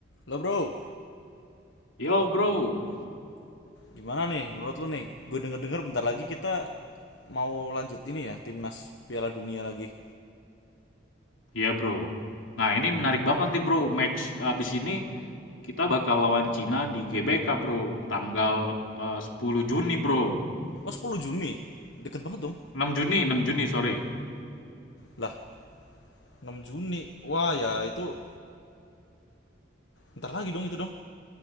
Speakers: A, on the left; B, on the left.
A: Lo bro,
B: Yo bro,
A: gimana nih menurut lo nih? Gue denger-denger bentar lagi kita mau lanjut ini ya, timnas Piala Dunia lagi.
B: ya bro. Nah ini menarik banget nih bro, match abis ini kita bakal lawan Cina di GBK bro, tanggal eh, 10 Juni bro.
A: Oh 10 Juni, deket banget dong.
B: 6 Juni, 6 Juni sorry.
A: Lah, 6 Juni. Wah ya itu, bentar lagi dong itu dong.